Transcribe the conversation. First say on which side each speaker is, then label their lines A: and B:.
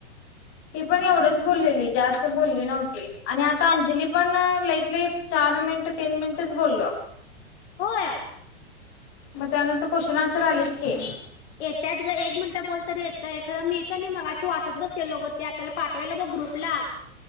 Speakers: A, on the left; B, on the left.
A: ती पण एवढंच बोललेली, जास्त ती पण बोलली न्हवती आणि आता अंजली पण अ लई त लई चार मिनिट- तीन मिनिटच बोललो
B: होय
A: मग त्यानंतर क्वेश्चन आन्सर आलेच की,
B: येत्यात ग एक मिनिटं बोलतर येतय खरं मी कनि मी मगाशी वाचत बसलेलो ग ते आपल्याला पाठवलेल ब ग्रुपला